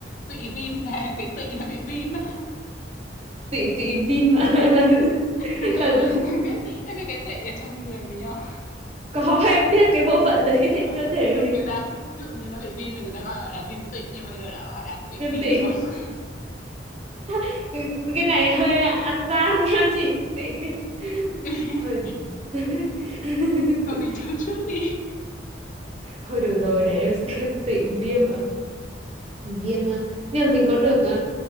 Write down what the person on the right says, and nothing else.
tụy tụy viêm ạ là,
là là
có em biết cái bộ phận đấy trên
cơ thể
viêm
tị
<laughs> cái này hơi ăn gian nha chị tị viêm
hơi <laughs>
thôi được rồi để em xem <laughs> tị viêm ạ viêm ờ, nhưng mà mình có được ờ,